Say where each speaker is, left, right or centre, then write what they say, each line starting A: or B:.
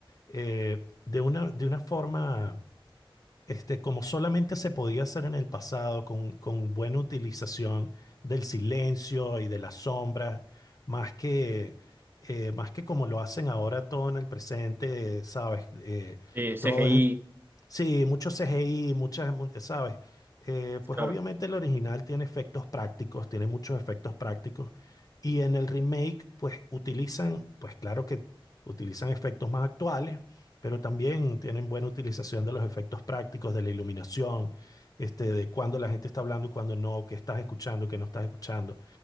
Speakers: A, on the left; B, on the right.
A: Eh, de una, de una forma. este, como solamente se podía hacer en el pasado con, con buena utilización del silencio y de las sombras, más que, eh, más que como lo hacen ahora todo en el presente, eh, ¿sabes? Eh,
B: Sí, CGI,
A: todo es, Sí, mucho CGI, muchas, mu- ¿sabes? Eh, pues
B: claro.
A: obviamente el original tiene efectos prácticos, tiene muchos efectos prácticos. Y en el remake, pues utilizan, pues claro que utilizan efectos más actuales, pero también tienen buena utilización de los efectos prácticos, de la iluminación, este, de cuando la gente está hablando y cuando no, qué estás escuchando, qué no estás escuchando.